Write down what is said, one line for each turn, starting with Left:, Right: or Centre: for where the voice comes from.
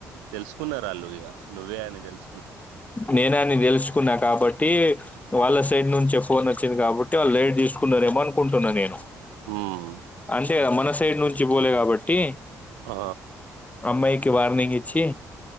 Right: తెలుసుకున్నరు ఆళ్ళు ఇగ నువ్వే అని తెలుస్
Left: నేనని తెలుసుుకున్న కాబట్టి వాళ్ళ సైడ్ నుంచే ఫోన్ వచ్చింది కాబట్టి వాళ్ళు లేట్ తీసుకున్నరేమో అనుకుంటున్న నేను
Right: ఆహ్
Left: తే గదా మన సైడ్ నుంచి పోలే కాబట్టి
Right: హ
Left: అమ్మాయికి వార్నింగ్ ఇచ్చి